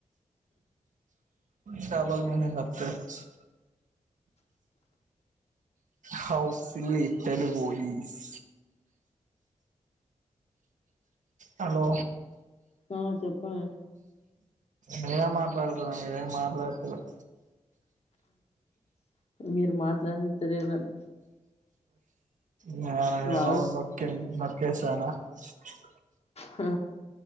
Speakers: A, on the right (about 75°); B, on the left (about 50°).
A: చవల్ మీనే ప్పతే <unintelligible> how silly Telugu is hello
B: ఆ చెప్పండి
A: నేనే మాట్లాడుతున్న మీరేం మాట్లాడతేలేదు
B: మీరు మాట్లాడనిస్తాలేరు నన్ను
A: నను
B: వాగు
A: నో నొ నొక్కేసనా <unintelligible>
B: హ